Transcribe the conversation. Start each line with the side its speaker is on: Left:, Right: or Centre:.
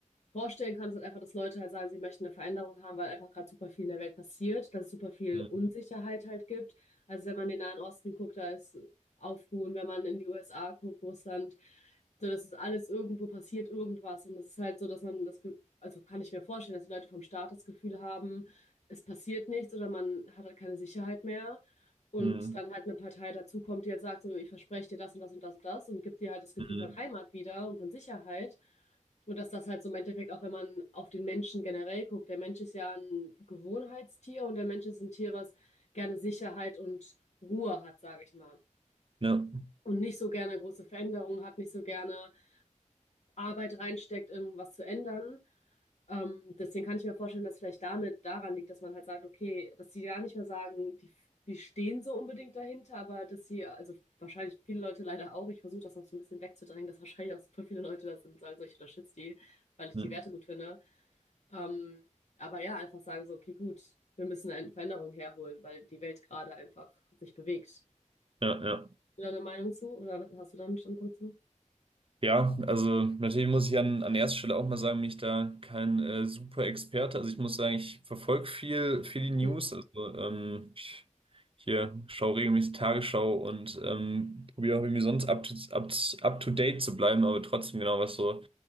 Left: vorstellen kann, ist halt einfach, dass Leute halt sagen, sie möchten eine Veränderung haben, weil einfach gerade super viel in der Welt passiert, dass es super viel
Right: Mhm.
Left: Unsicherheit halt gibt. Also wenn man in den Nahen Osten guckt, da ist Aufruhen, wenn man in die USA guckt, Russland, so das ist alles irgendwo passiert irgendwas und es ist halt so, dass man das, Ge- also kann ich mir vorstellen, dass die Leute vom Staat das Gefühl haben, es passiert nichts oder man hat halt keine Sicherheit mehr. Und
Right: Mhm.
Left: dann halt eine Partei dazukommt, die halt sagt, so, ich verspreche dir das und das und das und das und gibt dir halt das Gefühl
Right: Mhm.
Left: von Heimat wieder und von Sicherheit. Und dass das halt so im Endeffekt auch, wenn man auf den Menschen generell guckt, der Mensch ist ja ein Gewohnheitstier und der Mensch ist ein Tier, was gerne Sicherheit und Ruhe hat, sage ich mal.
Right: Ja. Mhm.
Left: Und nicht so gerne große Veränderungen hat, nicht so gerne Arbeit reinsteckt, um was zu ändern. Ähm, deswegen kann ich mir vorstellen, dass vielleicht damit daran liegt, dass man halt sagt, okay, dass sie gar nicht mehr sagen, die, die stehen so unbedingt dahinter, aber dass sie, also wahrscheinlich viele Leute leider auch, ich versuche das noch so ein bisschen wegzudrängen, dass wahrscheinlich auch super viele Leute da sind und sagen, so ich unterstütze die, weil ich
Right: Mhm.
Left: die Werte gut finde. Ähm, aber ja, einfach sagen so, okay, gut, wir müssen eine Veränderung herholen, weil die Welt gerade einfach sich bewegt. Hast
Right: Ja, ja.
Left: du da eine Meinung zu oder hast du da einen Standpunkt zu?
Right: Ja, also natürlich muss ich an, an erster Stelle auch mal sagen, bin ich da kein äh, super Experte. Also ich muss sagen, ich verfolge viel, viel die
Left: Mhm.
Right: News. Also ähm, ich hier schaue regelmäßig Tagesschau und ähm, probiere auch irgendwie sonst up to, up, up to date zu bleiben, aber trotzdem genau, was so